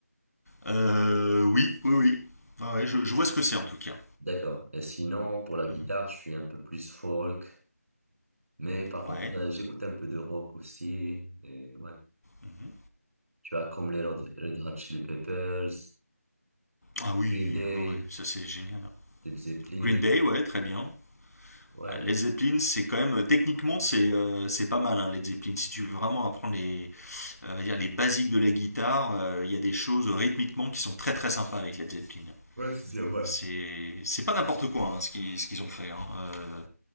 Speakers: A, on the left; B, on the right.
A: Euh, oui, oui, oui. Ouais, ouais, je, je vois ce que c'est en tout cas.
B: D'accord. Et sinon, pour la guitare,
A: Mhm.
B: je suis un peu plus folk. Mais par contre,
A: Ouais.
B: euh, j'écoute un peu de rock aussi. Et ouais.
A: mhm.
B: Tu vois, comme les Red Red Hot Chili Peppers,
A: Ah oui,
B: Green Day,
A: ouais, ouais, ça c'est génial.
B: Led Zeppelin.
A: Green Day, ouais, très bien.
B: Ouais.
A: Ah, Led Zeppelin, c'est quand même techniquement c'est euh, c'est pas mal hein, Led Zeppelin. Si tu veux vraiment apprendre les euh, on va dire les basiques de la guitare, euh, il y a des choses euh, rythmiquement qui sont très très sympas avec Led Zeppelin.
B: Ouais, c'est sûr, ouais.
A: C'est pas n'importe quoi hein, ce qu'ils ce qu'ils ont fait. hein. Euh,